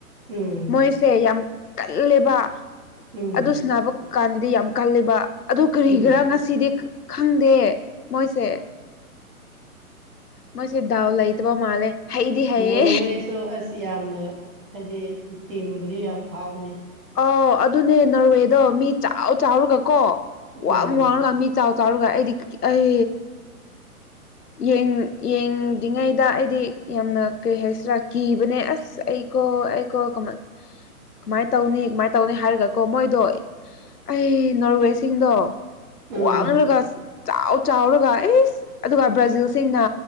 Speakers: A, on the right (about 60°); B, on the left (about 85°).
A: ꯎꯝ
B: ꯃꯣꯏꯁꯦ ꯌꯥꯝ ꯀꯜꯂꯦꯕ
A: ꯎꯝ
B: ꯑꯗꯨ ꯁꯤ ꯕ ꯀꯥꯟꯗꯗꯤ ꯌꯥꯝ ꯀꯂꯦꯕ ꯑꯗꯨ ꯀꯔꯤꯒꯔꯥ
A: ꯎꯝ
B: ꯉꯁꯤꯗꯤ ꯈꯪꯗꯦ ꯃꯣꯏꯁꯦ ꯃꯣꯏꯁꯦ ꯗꯥꯎ ꯂꯩꯇꯕ ꯃꯥꯜꯂꯦ ꯍꯩꯗꯤ ꯍꯩꯌꯦ
A: ꯅꯣꯔꯋꯦꯁꯨ ꯑꯁ ꯌꯥꯝꯅ ꯍꯥꯏꯗꯤ ꯇꯤꯕꯨꯗꯤ ꯌꯥꯝ ꯐꯥꯎꯋꯦ
B: ꯑꯥꯎ ꯑꯗꯨꯅꯦ ꯅꯔꯋꯦꯗꯣ ꯃꯤ ꯆꯥꯎ ꯆꯥꯎꯔꯒ ꯀꯣ ꯋꯥꯡ
A: ꯎꯝ
B: ꯋꯥꯡꯉꯒ ꯃꯤ ꯆꯥꯎ ꯆꯥꯎꯔꯒ ꯑꯩꯗꯤ ꯑꯩ ꯌꯦꯡ ꯌꯦꯡꯗ꯭ꯔꯤꯉꯩꯗ ꯑꯩꯗꯤ ꯌꯥꯝꯅ ꯀꯩ ꯍꯥꯏꯁꯤꯔꯥ ꯀꯤꯕꯅꯦ ꯑꯁ ꯑꯩ ꯀꯣ ꯑꯩꯀꯣ ꯀꯃꯥꯏ ꯇꯧꯅꯤ ꯀꯃꯥꯏꯅ ꯇꯧꯅꯤ ꯍꯥꯏꯔꯒꯀꯣ ꯃꯣꯏꯗꯣ ꯑꯩ ꯅꯣꯔꯋꯦꯁꯤꯡꯗꯣ
A: ꯎꯝ
B: ꯋꯥ ꯋꯥꯂꯒꯁꯤ ꯆꯥꯎ ꯆꯥꯎꯔꯒ ꯑꯦꯁ ꯑꯗꯨꯒ ꯕ꯭ꯔꯥꯖꯤꯜꯁꯤꯡꯅ